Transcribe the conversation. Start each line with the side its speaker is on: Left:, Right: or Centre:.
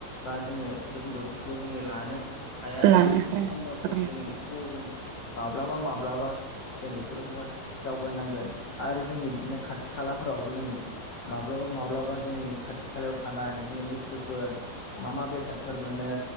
Left: बा जोङो रोंगौथिखौ जोङो लानो हाया आरोखि।
Right: लानो
Left: जोङो
Right: हायो
Left: सम मथे
Right: औ
Left: जोङो बेफोरखौ जों माब्लाबा माब्लाबा जों बेफोरखौहाय दावबायनांगोन आरो जोंनि बिदिनो खाथि खालाफोरावबो जोङो माब्लाबा माब्लाबा जोंनि खाथि खालायाव थानाय बिदिनो बुस्थुफोर मा मा बेसादफोर मोनो।